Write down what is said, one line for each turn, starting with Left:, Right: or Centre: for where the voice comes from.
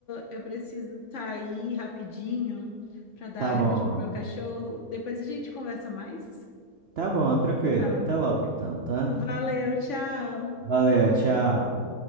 Left: eu preciso sair rapidinho para dar
Right: Tá
Left: remédio
Right: bom.
Left: pro meu cachorro. Depois a gente conversa mais.
Right: Tá bom, tranquilo.
Left: Tá bem.
Right: Até logo então, tá?
Left: Valeu, tchau.
Right: Valeu, tchau.